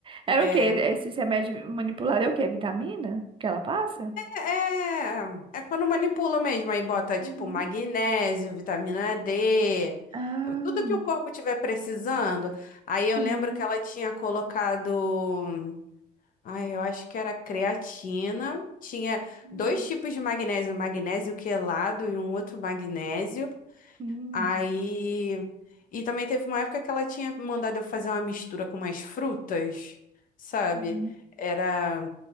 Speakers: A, on the right; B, on the left.
A: Era
B: É.
A: o quê? Esse remédio manipulado é o quê? Vitamina que ela passa?
B: É, é quando manipula mesmo, aí bota tipo
A: Uhum.
B: magnésio, vitamina D,
A: Ah,
B: é tudo que o corpo tiver precisando. Aí eu
A: Sim.
B: lembro que ela tinha colocado, ai, eu acho que era creatina, tinha
A: Hum,
B: dois tipos de magnésio, magnésio quelado e um outro magnésio.
A: hum.
B: Aí e também teve uma época que ela tinha mandado eu fazer uma mistura com umas frutas, sabe?
A: sim.
B: Era